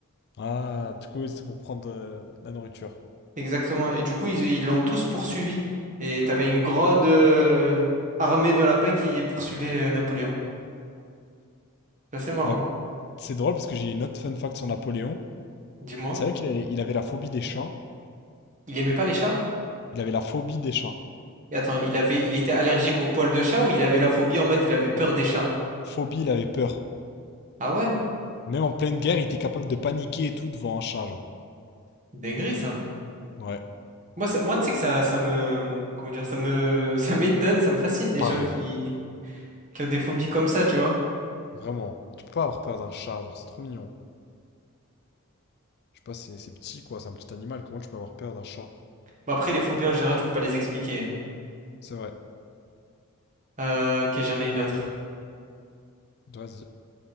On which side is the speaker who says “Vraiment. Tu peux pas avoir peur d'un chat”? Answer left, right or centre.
Left